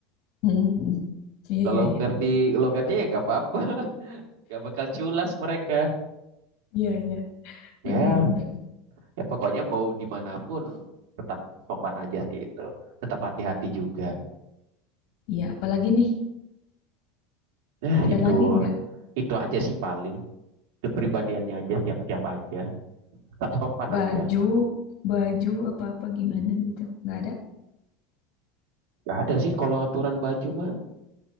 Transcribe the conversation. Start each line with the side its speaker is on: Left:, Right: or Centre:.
Left: Mm-mm. Iya,
Right: Kalau
Left: iya, iya.
Right: ngerti logatnya ya nggak apa-apa. Gak bakal culas mereka.
Left: Iya, iya.
Right: Ya,
Left: Bener-bener.
Right: ya pokoknya mau dimanapun tetap sopan aja sih itu. Tetap hati-hati juga.
Left: Iya, apalagi nih?
Right: Nah
Left: Ada
Right: itu,
Left: lagi nggak
Right: itu aja sih paling. Kepribadiannya aja, siap-siap aja. Tetap sopan
Left: baju
Right: aja.
Left: baju apa-apa gimana gitu nggak ada
Right: Gak ada sih kalau aturan baju mah.